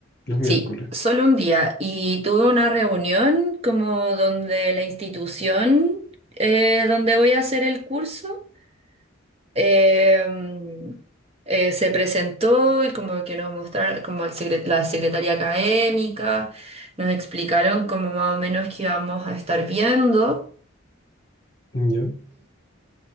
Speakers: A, on the left; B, on the right.
A: Los miércoles.
B: Sí, solo un día. Y tuve una reunión como donde la institución eh, donde voy a hacer el curso. Em, eh, se presentó y como que nos mostraron, como el secre- la secretaria académica, nos explicaron como más o menos que íbamos a estar viendo
A: Ujú, Ya.